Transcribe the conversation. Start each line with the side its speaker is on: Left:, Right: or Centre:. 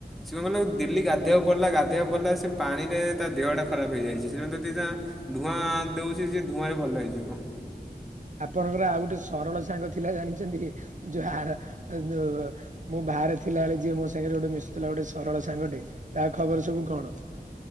Centre: ସେ କଣ୍ କହିଲ ଡେଲି ଗାଧୋଇବାକୁ ପଡିଲା ଗାଧୋଇବାକୁ ପଡ଼ିଲା ସେ ପାଣିରେ ତା ଦେହଟା ଖରାପ ହେଇଯାଇଛି <unintelligible> ଧୂଆଁ ଦଉଛି ଯେ ଧୂଆଁ ରେ ଭଲ ହେଇଯିବ।
Right: ଆପଣଙ୍କର ଆଉ ଗୋଟେ ସରଳ ସାଙ୍ଗ ଥିଲା ଜାଣିଛନ୍ତି ଯୋ ଆ ଯୋ ମୁଁ ବାହାରେ ଥିଲା ବେଳେ ଯିଏ ମୋ ସାଙ୍ଗରେ ଗୋଟେ ମିଶୁଥିଲା ଗୋଟେ ସରଳ ସାଙ୍ଗଟେ ତା ଖବର ସବୁ କଣ?